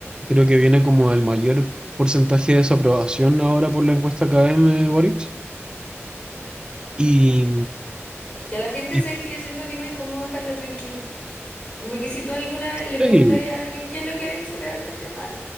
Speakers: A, on the right (about 20°); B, on the left (about 25°).
A: creo que viene como el mayor porcentaje de desaprobación ahora por la encuesta KM Boric. Y,
B: Es que a la gente
A: y-
B: se que yo siento que no hay cómo dejarla tranquila. Como que si tú alguna vez le
A: sí,
B: preguntas a alguien qué es lo que ha hecho realmente mal,